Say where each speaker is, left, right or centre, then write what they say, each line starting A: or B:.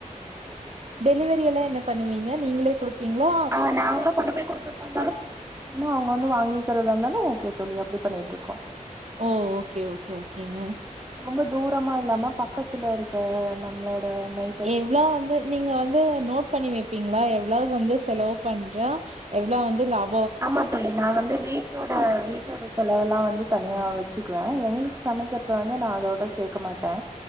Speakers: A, on the right; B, on the right.
A: டெலிவரியெல்லா என்ன பண்ணுவீங்க நீங்களே குடுப் பீங்களா
B: ஆ நாங்களு கொண்டு போய் குடுக்கறதா இருந்தாலு குடுப் அனா அவங்க வந்து வாங்கிக்கிறதா இருந்தாலு ஓகே தோழி அப்டி பண்ணிட்ருக்கோ
A: ஓ ஓகே ஓகே ஓகேங்க
B: ரொம்ப தூரமா இல்லாம பக்கத்துல இருக்க நம்மளோட நைப்
A: எவ்ளோ வந்து நீங்க வந்து நோட் பண்ணி வெப்பீங்களா எவ்ளோ வந்து செலவு பண்றோ எவ்ளோ வந்து லாப்
B: ஆமா தோழி நா வந்து வீட்டோட வீட்டோட செலவெல்லா வந்து தனியா வெச்சுக்குவே எங்களுக்கு சமைக்கிறத வந்து நா அதோட சேக்க மாட்ட